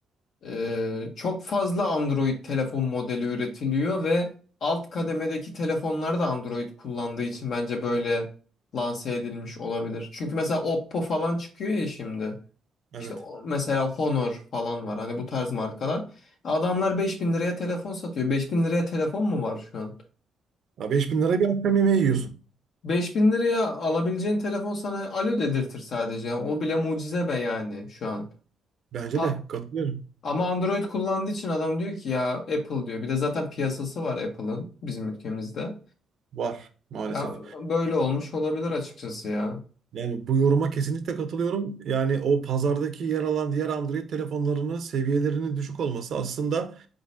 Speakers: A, on the left; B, on the right.
A: Eee, çok fazla Android telefon modeli üretiliyor ve alt kademedeki telefonlar da Android kullandığı için bence böyle lanse edilmiş olabilir. Çünkü mesela Oppo falan çıkıyor ya şimdi.
B: Evet.
A: İşte o- mesela Honor falan var hani bu tarz markalar. Adamlar 5000 liraya telefon satıyor. 5000 liraya telefon mu var şu an?
B: Ya 5000 lira bir akşam yemeği yiyorsun.
A: beş bin liraya alabileceğin telefon sana alo dedirtir sadece. O bile mucize be yani şu an.
B: Bence
A: A-
B: de katılıyorum.
A: ama Android kullandığı için adam diyor ki ya Apple diyor. Bir de zaten piyasası var Apple'ın bizim ülkemizde.
B: Var maalesef.
A: Ya böyle olmuş olabilir açıkçası ya.
B: Yani bu yoruma kesinlikle katılıyorum. Yani o pazardaki yer alan diğer Android telefonlarının seviyelerinin düşük olması aslında